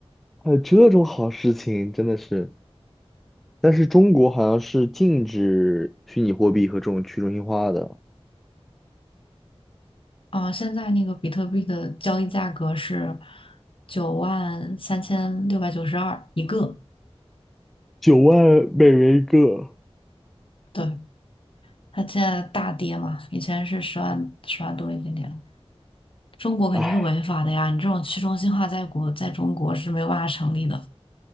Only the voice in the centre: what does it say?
还有这种好事情，真的是。但是中国好像是禁止虚拟货币和这种去中心化的，
九万美元一个。
唉，